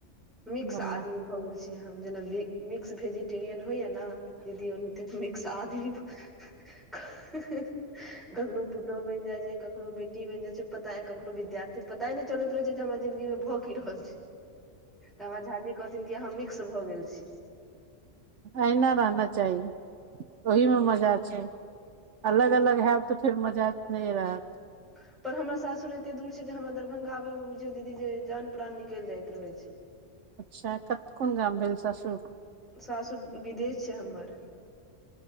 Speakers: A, in the centre; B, on the right.
A: मिक्स
B: बढ़िया
A: आदमी भऽ गेल छै हम जेना मिक्स भेजी टेरियन होइया ने जे ओ त <unintelligible> मिक्स आदमी कखनौ पुतौह बनि जाइ छै, कखनो बेटी बहिन जे छै पता, कखनो विद्यार्थी पता नहि चलैत रहै छै जे हमर जिन्दगी मे भऽ की रहल छै तऽ हमरा झा जी कहथिन कि अहाँ मिक्स भऽ गेल छी।
B: एहिना रहना चाही ओहिमे मजा छै अलग अलग हैत तऽ फेर मजा नहि रहत
A: ह <inaudible> पर हमरा सासुर एते दूर छै जे हमरा दरभंगा आबै मे बुझियौ दीदी जे जान प्राान निकलि जाइत रहै छै।
B: अच्छा कत कोन गाम भेल सासुर?
A: सासूर विदेश छै हमर।